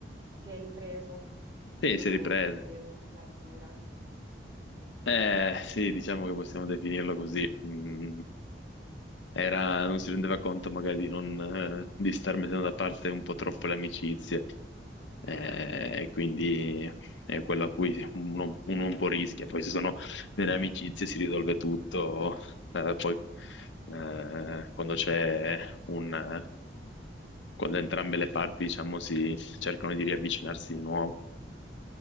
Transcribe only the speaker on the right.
si è ripreso dopo
un periodo di clausura.
Mm.